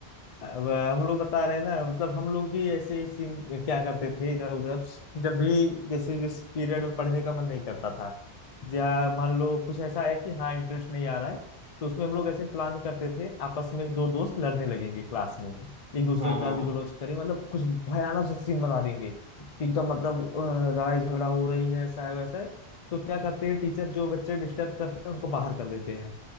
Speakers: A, on the left; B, on the right.
A: अब अ, हम लोग बता रहे हैं ना मतलब हम लोग भी ऐसे ही सीन क्या करते थे इधर उधर जब भी जैसे जिस पीरियड में पढ़ने का मन नहीं करता था या मान लो कुछ ऐसा है कि हाँ इंटरेस्ट नहीं आ रहा है तो उसमें हम लोग ऐसे प्लान करते थे आपस में दो दोस्त लड़ने लगेंगे क्लास में एक दूसरे
B: हाँ
A: को
B: हाँ
A: गाली
B: हाँ
A: गलौज करें मतलब कुछ भयानक सा सीन बना देंगे कि एकदम मतलब अ, लड़ाई झगड़ा हो रही है ऐसा है वैसा है तो क्या करते हैं टीचर जो बच्चे डिस्टर्ब करते हैं उनको बाहर कर देते हैं